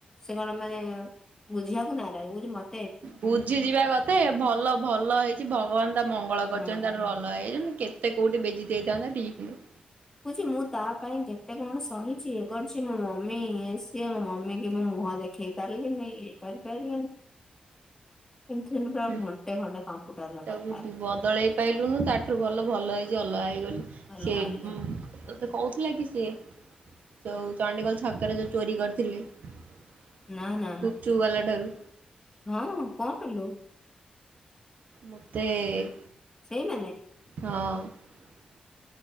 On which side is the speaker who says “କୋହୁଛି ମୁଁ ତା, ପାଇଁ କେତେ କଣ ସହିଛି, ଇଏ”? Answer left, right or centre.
Left